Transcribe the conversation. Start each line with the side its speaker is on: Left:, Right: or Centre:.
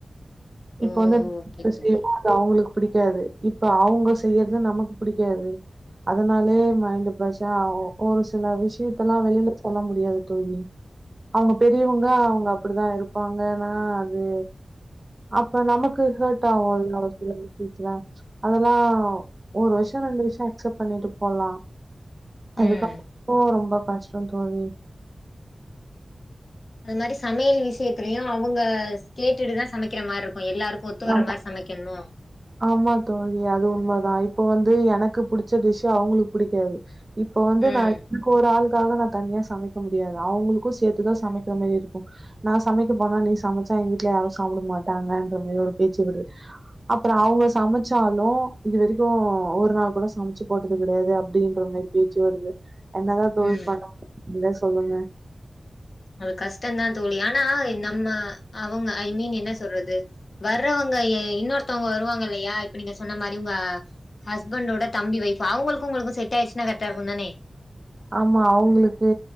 Right: இப்போ
Left: ஓ
Right: வந்து
Left: ஓகே
Right: <unintelligible>
Left: தோழி
Right: அவுங்களுக்கு பிடிக்காது இப்ப அவுங்க செய்யறது நமக்கு பிடிக்காது அதனாலே மைண்ட் பிரஷர் ஆவு ஒரு சில விஷயத்தல்லா வெளில சொல்ல முடியாது தோழி அவங்க பெரியவங்க அவங்க அப்டிதா இருப்பாங்கன்னா அது அப்ப நமக்கு ஹார்ட் ஆகு இல்ல ஒரு சில விஷயத்தில அதெல்லா ஒரு விஷியோ ரெண்டு விஷியோ அக்செப்ட் பண்ணிட்டு போலா அதுக்கப்போ
Left: ம்
Right: ரொம்ப கஷ்டோ தோழி
Left: அது மாரி சமையல் விஷயத்திலயையு அவங்க கேட்டுட்டு தா சமைக்கிற மாரி இருக்கு எல்லாருக் கு ஒத்துக்கர
Right: ஆமா,
Left: மாரி சமைக்கனு
Right: ஆமா தோழி அது உண்ம தா இப்ப வந்து எனக்கு புடிச்ச டிஷ்சு அவங்களுக்கு புடிக்காது இப்ப வந்து
Left: ம்
Right: நா <unintelligible> ஒரு ஆள் க்காக நா தனியா சமைக்க முடியாது அவங்களுக்கு சேத்துதா சமைக்கிற மாரி இருக்கு நா சமைக்க போனா நீ சமச்சா எங்க வீட்ல யாரு சாப்பிட மாட்டாங்கன்ற மாரி ஒரு பேச்சு வரு அப்றோ அவங்க சமச்சாலு இது வரைக்கு ஒரு நாள் கூட சமச்சு போட்டது கெடையாது அப்டின்ற மாரி பேச்சு வருது என்னதா தோழி
Left: ம்
Right: பண்ண முடியு நீங்களே சொல்லுங்க
Left: அது கஷ்டந்தா தோழி ஆனா நம்ம அவங்க ஐ மீன் என்ன சொல்றது வர்றவங்க இன்னொருத்தவங்க வருவாங்கல்லயா இப்ப நீங்க சொன்ன மாரி உங்க ஹஸ்பண்டோட தம்பி வைஃப் அவங்களுக்கு உங்களுக்கு செட் ஆயிடுச்சுனா கரெக்ட்டா இருக்கு தானே
Right: ஆமா அவங்களுக்கு